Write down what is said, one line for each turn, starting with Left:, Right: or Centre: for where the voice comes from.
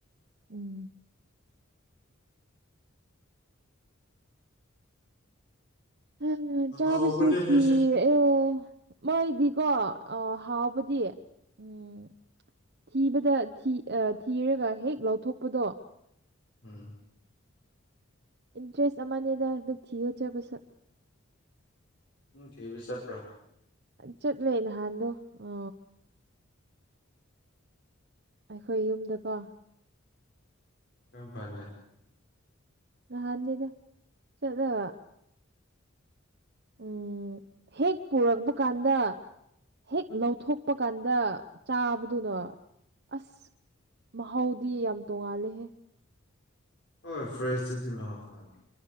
Right: ꯎꯝ ꯍ ꯆꯥꯕꯁꯨꯈꯤ
Left: ꯍꯥꯎꯕꯅꯦ ꯁꯤꯁꯨ
Right: ꯑꯦ ꯃꯣꯏꯗꯤꯀꯣ ꯍꯥꯎꯕꯗꯤ ꯎꯝ ꯊꯤꯕꯗ ꯊꯤ ꯊꯤꯔꯒ ꯍꯦꯛ ꯂꯧꯊꯣꯛꯄꯗꯣ
Left: ꯎꯝ
Right: ꯏꯟꯇ꯭ꯔꯦꯁ ꯑꯃꯗ ꯑꯗꯨ ꯊꯤꯒꯣꯠꯆꯕꯁꯨ
Left: ꯎꯝ ꯊꯤꯕ ꯆꯠꯄ꯭ꯔꯥ
Right: ꯆꯠꯂꯦ ꯅꯍꯥꯟꯗꯣ ꯑ ꯑꯩꯈꯣꯏ ꯌꯨꯝꯗꯀꯣ
Left: ꯀꯔꯝ ꯀꯥꯟꯗ?
Right: ꯅꯍꯥꯟꯅꯤꯗ ꯆꯠꯂꯕ ꯎꯝ ꯍꯦꯛ ꯄꯨꯔꯛꯄ ꯀꯥꯟꯗ ꯍꯦꯛ ꯂꯧꯊꯣꯛꯄ ꯀꯥꯟꯗ <unintelligible> ꯆꯥꯕꯗꯨꯅ ꯑꯁ ꯃꯍꯥꯎꯗꯤ ꯌꯥꯝ ꯇꯣꯡꯉꯥꯜꯂꯦꯍꯦ꯫
Left: <unintelligible>